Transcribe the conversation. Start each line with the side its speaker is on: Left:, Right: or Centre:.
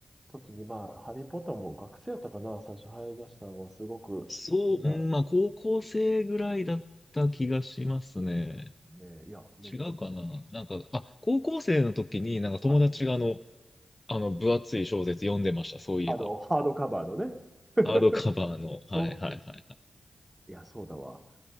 Right: 時に、まあ、ハリー・ポッターも学生やったかな、最初入り出したのは、すごく、
Left: そう、
Right: みんな、
Left: うん、まあ、高校生ぐらいだった気がしますね。
Right: ね、いや、熱狂してた。
Left: 違うかななんか、あ、高校生の時に、なんか友達があの、
Right: はい。
Left: あの、分厚い小説読んでました、そういえば。
Right: あの、ハードカバーのね。<laughs>
Left: ハードカバーの。
Right: そうそうそう。
Left: はいはいはい
Right: いや、そうだわ。